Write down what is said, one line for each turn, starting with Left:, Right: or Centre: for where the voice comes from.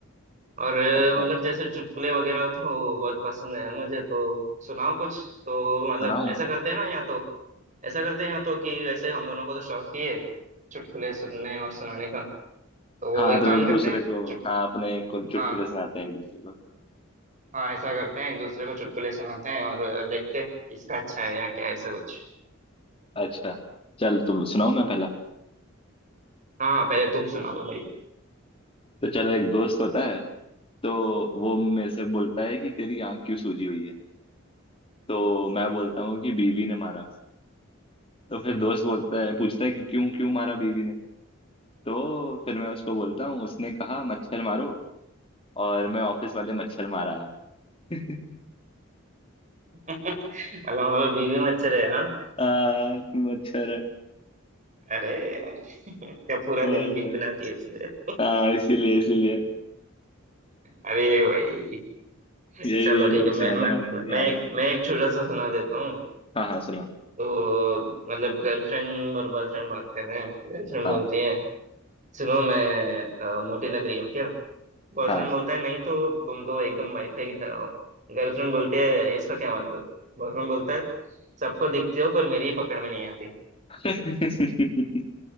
Right: और अ,
Left: अच्छा
Right: मतलब
Left: अच्छा
Right: जैसे चुटकुले वगैरह तो बहुत पसंद है यार मुझे तो सुनाओ कुछ तो मतलब
Left: सुनाऊं
Right: ऐसा करते हैं ना या तो ऐसा करते हैं या तो कि वैसे हम दोनों को तो शौक ही है चुटकुले सुनने और सुनाने का तो वो
Left: हाँ
Right: एक
Left: तो
Right: काम
Left: एक
Right: करते
Left: दूसरे
Right: हैं
Left: को
Right: चुट
Left: हाँ अपने को चुटकुले
Right: हाँ
Left: सुनाते हैं एक दूसरे को
Right: हाँ ऐसा करते हैं एक दूसरे को चुटकुले सुनाते हैं और अ, देखते हैं किसका अच्छा है या क्या है, ऐसा कुछ
Left: अच्छा चल तुम सुनाओ मैं पहला
Right: हाँ हाँ पहले तुम सुना दो भाई
Left: तो चलो एक दोस्त होता है तो वो मेरे से बोलता है कि तेरी आंख क्यों सूजी हुई है तो मैं बोलता हूँ कि बीवी ने मारा तो फिर दोस्त बोलता है पूछता है कि क्यों क्यों मारा बीवी ने तो फिर मैं उसको बोलता हूँ उसने कहा मच्छर मारो और मैं ऑफिस वाले मच्छर मार आया <laughs>
Right: मतलब हमें बीवी मत रहे हैं, हाँ
Left: आ, मच्छर है
Right: अरे यार, क्या पूरा
Left: भाई
Right: दिन बिन
Left: भाई
Right: बनाती है इसलिए
Left: हाँ इसीलिए इसीलिए
Right: अरे भाई
Left: यही
Right: चलो
Left: यही
Right: ठीक
Left: जोक
Right: है मैं
Left: सुना
Right: मैं
Left: था मैंने
Right: मैं
Left: अभी हाँ
Right: मैं एक मैं एक छोटा सा सुना देता हूँ
Left: हाँ हाँ सुना
Right: तो मतलब गर्लफ्रेंड और बॉयफ्रेंड बात कर रहे हैं गर्लफ्रेंड
Left: हाँ
Right: बोलती है सुनो मैं अ, मोटी लग रही हूँ क्या बॉयफ्रेंड
Left: हाँ
Right: बोलता है नहीं तो तुम तो एकदम वाईफाई की तरह हो गर्लफ्रेंड बोलती है इसका क्या मतलब बॉयफ्रेंड बोलता है सबको दिखती हो पर मेरी ही पकड़ में नहीं आती
Left: <laughs>